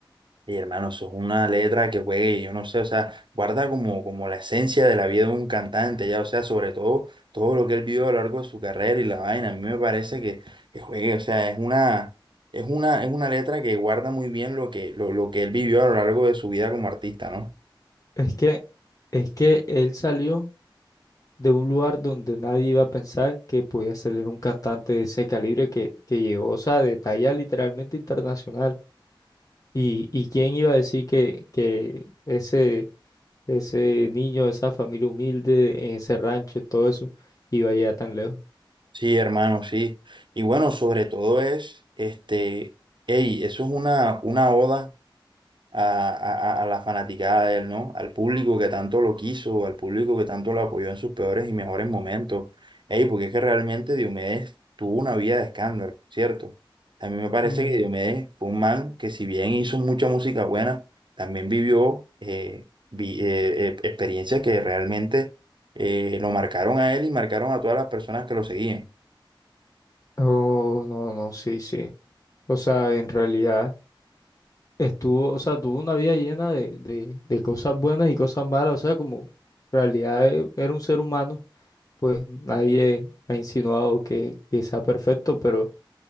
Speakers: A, on the right; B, on the left.
A: Y hermano, eso es una letra que juegue, yo no sé, o sea, guarda como, como la esencia de la vida de un cantante, ya, o sea, sobre todo todo lo que él vivió a lo largo de su carrera y la vaina, a mí me parece que, que juegue, o sea, es una, es una, es una letra que guarda muy bien lo que, lo, lo que él vivió a lo largo de su vida como artista, ¿no?
B: Es que, es que él salió de un lugar donde nadie iba a pensar que podía salir un cantante de ese calibre que, que llegó, o sea, de talla literalmente internacional. ¿Y, y quién iba a decir que, que ese, ese niño, esa familia humilde, en ese rancho, en todo eso, iba allá tan lejos?
A: Sí, hermano, sí. Y bueno, sobre todo es, este, hey, eso es una, una oda a, a- a la fanaticada de él, ¿no? Al público que tanto lo quiso, al público que tanto lo apoyó en sus peores y mejores momentos. Ey, porque es que realmente Diomedes tuvo una vida de escándalo, ¿cierto? A mí me parece
B: No.
A: que Diomedes fue un man que si bien hizo mucha música buena, también vivió eh, vi- eh, eh, experiencias que realmente eh, lo marcaron a él y marcaron a todas las personas que lo seguían.
B: Oh, no, no, sí, sí. O sea, en realidad estuvo, o sea, tuvo una vida llena de, de, de cosas buenas y cosas malas. O sea, como en realidad eh, era un ser humano, pues nadie ha insinuado que, que sea perfecto, pero,